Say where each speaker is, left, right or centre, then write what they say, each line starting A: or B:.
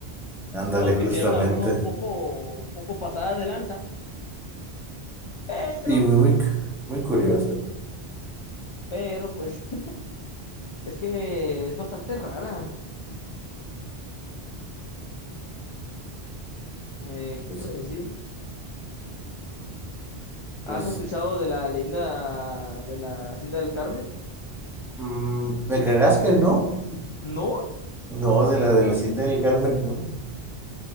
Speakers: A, in the centre; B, on the left (about 50°).
A: Ándale,
B: aunque
A: justamente.
B: sea una broma un poco, un poco pasada de lanza, pero,
A: Y muy, muy, cu- muy curioso.
B: pero pues <laughs> es que es bastante rara. Eh, ¿qué
A: Pues,
B: te iba a decir? ¿Has
A: pues
B: escuchado de la leyenda de la Hacienda del Carmen?
A: mm, ¿me creerás que no?
B: No,
A: No, de la de la Hacienda del Carmen, no.